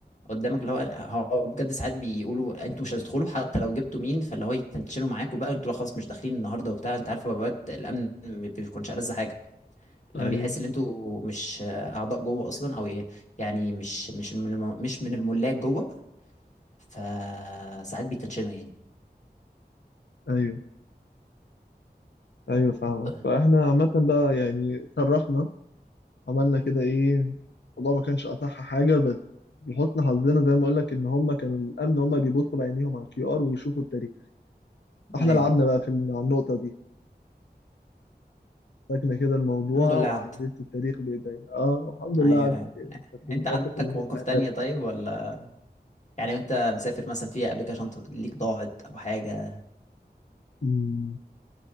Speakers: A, on the left (about 45°); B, on the left (about 85°).
A: قدامك اللي هو هو بجد ساعات بيقولوا انتوا مش هتدخلوا حتى لو جبتوا مين فاللي هو يتنشنوا معاكوا بقى انتوا لا خلاص مش داخلين النهارده وبتاع انت عارف بقى الامن ما بيكونش ألذ حاجه لما
B: ايوه
A: بيحس ان انتوا مش آه، اعضاء جوه اصلا او ايه يعني مش مش من الم... مش من الملاك جوه فساعات بيتنشنوا يعني
B: ايوه ايوه فاهمك
A: طيب.
B: فاحنا عامة بقى يعني اتشرفنا عملنا كده ايه الموضوع ما كانش اصح حاجة بس لحسن حظنا زي ما اقول لك ان هم كانوا الامن هم بيبصوا بعينيهم على الكيو ار ويشوفوا التاريخ فاحنا
A: ايوه
B: لعبنا بقى في ال- على النقطة دي فاكنا كده الموضوع
A: الحمد لله
B: وعديت
A: عدى
B: التاريخ بايديا اه الحمد لله
A: ايوه
B: عدت
A: ايوه
B: يعني كانت المواقف
A: انت عندك
B: اللي هي
A: مواقف تانية
B: بهدلة
A: طيب ولا يعني انت مسافر مثلا في ابلكيشن ليك ضاعت او حاجه
B: مم.